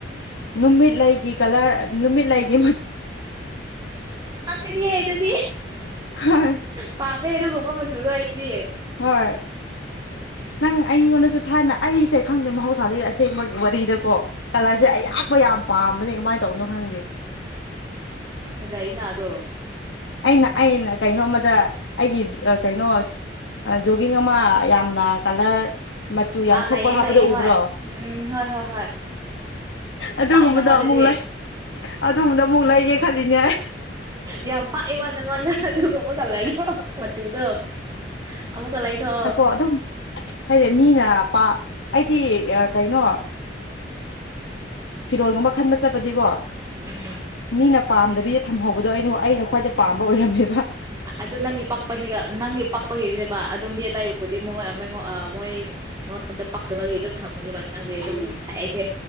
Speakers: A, on the left; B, on the right.
A: ꯅꯨꯃꯤꯠ ꯂꯩꯒꯤ ꯀꯂꯔ ꯅꯨꯃꯤꯠꯂꯒꯤ
B: ꯄꯀꯅꯤꯍꯦ ꯑꯗꯨꯗꯤ
A: ꯍꯣꯏ
B: ꯄꯥꯝꯃꯦꯗꯨ ꯀꯨꯝꯕ ꯃꯆꯁꯨꯗ ꯍꯥꯏꯔꯤꯑꯌꯦ
A: ꯍꯣꯏ ꯅꯪ ꯑꯩꯉꯣꯟꯗꯁꯨ ꯊꯥꯏꯅ ꯑꯩꯁꯦ ꯈꯪꯗꯦ ꯃꯍꯧꯁꯥꯗꯒꯤ ꯑꯁꯦꯡꯕꯒꯤ ꯋꯥꯔꯤꯗꯀꯣ ꯀꯂꯔꯁꯦ
B: ꯎꯝ
A: ꯑꯌꯥꯛꯄ ꯌꯥꯝ ꯄꯥꯝꯕꯅꯦ ꯀꯃꯥꯏꯅ ꯇꯧꯕꯅꯣ ꯈꯪꯗꯦ
B: ꯐꯖ ꯑꯩꯅ ꯑꯗꯣ
A: ꯑꯩꯅ ꯑꯩꯅ ꯀꯩꯅꯣꯝꯃꯗ ꯑꯩꯒꯤ ꯀꯩꯅꯣ ꯖꯣꯒꯤꯡ ꯑꯃ ꯌꯥꯝꯅ ꯀꯥꯂꯔ ꯃꯆꯨ ꯌꯥꯝ
B: ꯑꯥ
A: ꯊꯣꯛꯄ
B: ꯂꯩꯌꯦ
A: ꯍꯥꯞꯄꯗ
B: ꯂꯩꯌꯦ
A: ꯎꯕ꯭ꯔꯣ
B: ꯍꯣꯏ ꯎꯝ ꯍꯣꯏ ꯍꯣꯏ ꯍꯣꯏ
A: ꯑꯗꯨꯒꯨꯝꯕꯗꯣ
B: ꯄꯥꯛꯑꯦ ꯅꯪꯉꯣꯟꯗꯗꯤ
A: ꯑꯃꯨꯛ ꯂꯩ ꯑꯗꯨꯒꯨꯝꯕꯗ ꯑꯃꯨꯛ ꯂꯩꯒꯦ ꯈꯜꯂꯤꯅꯦ ꯑꯩ
B: ꯌꯥꯝ ꯄꯥꯛꯑ ꯋꯥ ꯅꯪ ꯋꯥꯟꯅ ꯑꯗꯨꯒ ꯀꯕ ꯀꯜꯂꯅꯤꯣ ꯃꯆꯕꯨꯗ ꯑꯃꯃꯨ ꯀ ꯂꯒꯤ ꯊ
A: ꯑꯗꯨ ꯑꯗꯨꯝ ꯍꯥꯏꯗꯤ ꯃꯤꯅ ꯄ ꯑꯩꯗꯤ ꯀꯩꯅꯣ ꯐꯤꯔꯣꯜꯒꯨꯝꯕ ꯈꯟꯕ ꯆꯠꯄꯗꯤꯀꯣ
B: ꯎꯝ
A: ꯃꯤꯅ ꯄꯥꯝꯗꯕꯤ ꯊꯝꯍꯧꯕꯗꯣ ꯑꯩꯅ ꯑꯩꯅ ꯈ꯭ꯋꯥꯏꯗ ꯄꯥꯝꯕ ꯑꯣꯏꯔꯝꯃꯦꯕ
B: ꯑꯗꯨ ꯅꯪꯒꯤ ꯄꯥꯛꯄꯅꯤꯒ ꯅꯪꯒꯤ ꯄꯛꯄꯒꯤꯗꯤꯅꯦꯕ ꯑꯗꯨꯝ ꯃꯤ ꯑꯇꯇꯩꯕꯨꯗꯤꯉ ꯃꯣꯏ ꯃꯉꯣꯟꯗ ꯄꯛꯇꯕꯒꯤ ꯑꯗꯨꯝ ꯊꯝꯕꯅꯦꯕ ꯅꯪꯗꯤ ꯑꯗꯨꯝ ꯍꯥꯏ ꯑꯩꯁꯦ